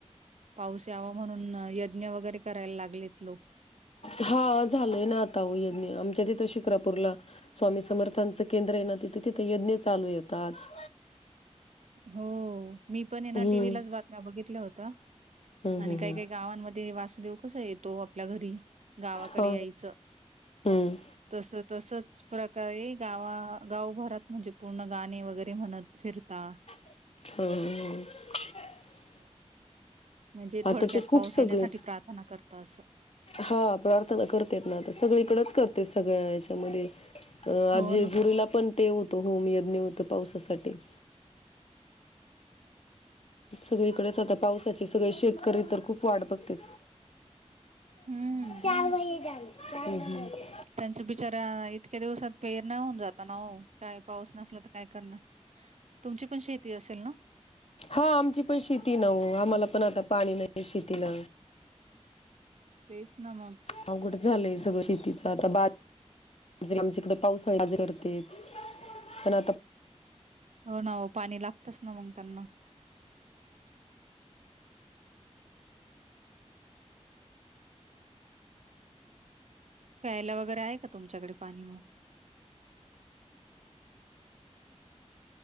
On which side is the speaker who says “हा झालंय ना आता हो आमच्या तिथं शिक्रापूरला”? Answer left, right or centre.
Left